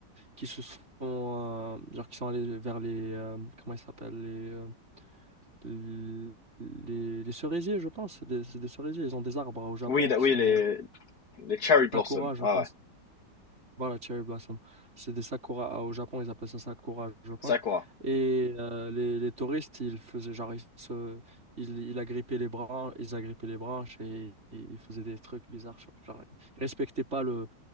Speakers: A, on the right (about 40°); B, on the left (about 60°).
A: qui se sont, euh, genre, qui sont allés vers les, euh, comment ils s'appellent, les, euh, l- les, les cerisiers, je pense, c'est des, c'est des cerisiers, ils ont des arbres au Japon
B: Oui, da-
A: qui
B: oui,
A: sont
B: les, les cherry blossoms,
A: sakura, je
B: ouais,
A: pense.
B: ouais.
A: Voilà, Cherry Blossom. C'est des sakura. Au Japon, ils appellent ça sakura, je pense.
B: Ça quoi?
A: Et euh, les, les touristes, ils faisaient genre, ils, se, ils, ils agrippaient les branches, ils agrippaient les branches et, ils faisaient des trucs bizarres. Genre, genre, ils respectaient pas le,